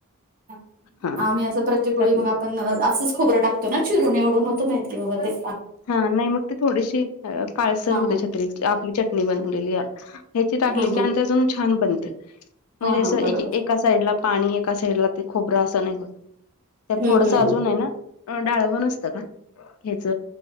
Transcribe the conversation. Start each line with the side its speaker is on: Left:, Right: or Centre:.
Right: ह--आम्ही
Left: हा
Right: असं प्रत्येक
Left: त्यात
Right: वेळी मग आपण असंच खोबरं टाकतो. ना चिरून एवढून होतं माहितीय बाबा तेळ
Left: हा नाही मग ते थोडीशी काळसर
Right: हा
Left: होते
Right: हा
Left: छत्री आपली चटणी बनवलेली ह्याची टाकली
Right: हा
Left: की
Right: हा
Left: आणि ते अजून छान बनते म्हणजे
Right: हा
Left: जस
Right: हा बरोबर
Left: एका साईड ला पाणी एका साइड ला ते खोबरं असं नाही होत त्यात
Right: हम्म
Left: थोडस
Right: हम्म
Left: अजून आहे ना डाळवं नसतं का ह्याच